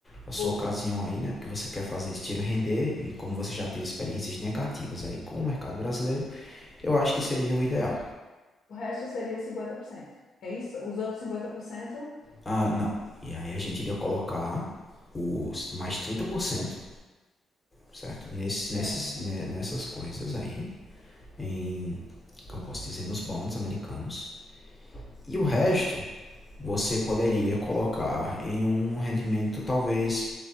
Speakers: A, on the left (about 20°); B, on the left (about 65°).
A: a sua
B: O,
A: ocasião aí, né? Porque você quer fazer esse tiro render e como você já teve experiências negativas aí com o mercado brasileiro, eu acho que seria o ideal.
B: o resto seria cinquenta por cento É isso? Os outros 50%?
A: Ah, não. E aí a gente iria colocar os mais 30%, certo? Nesses, nesses,
B: Certo.
A: né, nessas coisas aí. Em, como eu posso dizer, nos bonds americanos. E o resto você poderia colocar em um rendimento talvez